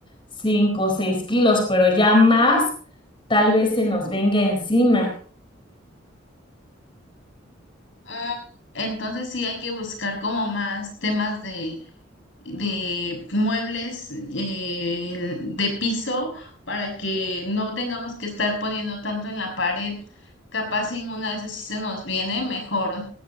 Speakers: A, on the left (about 25°); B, on the left (about 75°).
A: cinco o seis kilos, pero ya más tal vez se nos venga encima.
B: Ah, Entonces sí hay que buscar como más temas de, de muebles eh, de piso para que no tengamos que estar poniendo tanto en la pared. Capaz en una de esas sí se nos viene, mejor